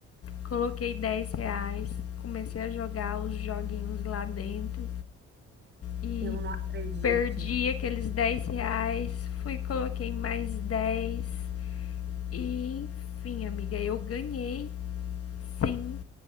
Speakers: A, on the left; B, on the right.
A: Coloquei 10 reais, comecei a jogar os joguinhos lá dentro e
B: eu não acredito.
A: perdi aqueles 10 reais. Fui, e coloquei mais dez E enfim, amiga, eu ganhei sim